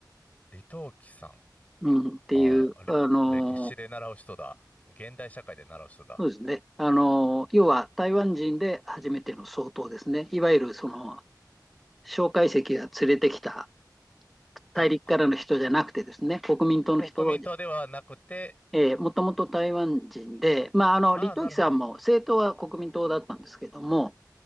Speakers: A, on the left; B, in the centre.
A: 李登輝さん。
B: うん、っていう、
A: ああ、れ、
B: あの
A: 歴史で習う人だ。現代社会で習う人だ。
B: そうですね、あの要は台湾人で初めての総統ですね、いわゆるその蒋介石が連れてきた大陸からの人じゃなくてですね、
A: あ、こ、
B: 国民党の人、
A: 国民党ではなくて、
B: えー、もともと台湾人で、まあ、あの、
A: ああ、
B: 李登輝さんも政党は国民党だったんですけども、
A: なるほど。